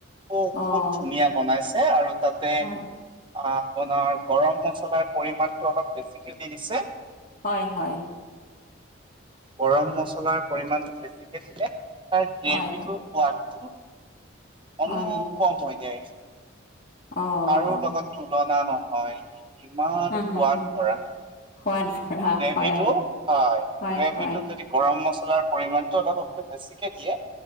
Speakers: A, on the right; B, on the left.
A: বহুত
B: অ',
A: ধুনীয়া বনাইছে। আৰু তাতে
B: হয়,
A: আপোনাৰ গৰম মছলাৰ পৰিমাণটো অলপ বেছিকে এনিছে
B: হয় হয়
A: গৰম মছলাৰ পৰিমাণ বেছিকে দিলে তাৰ গ্ৰেভিটোৰ
B: হয়, হয়,
A: সোৱাদটো। কনো
B: হয়,
A: কম হৈ যায়
B: অ',
A: কাৰোঁ লগত তুলনা ন হয় ইমান
B: হুম,
A: সোৱাদ
B: হুম, হুম,
A: ভৰা।
B: সোৱাদ ভৰা,
A: গ্ৰেভিটো
B: হয়,
A: হয়
B: হয়,
A: গ্ৰেভিটো
B: হয়,
A: যদি গৰম মছলা। লাৰ পৰিমাণটো অলপ সকলো বেছিকে দিয়ে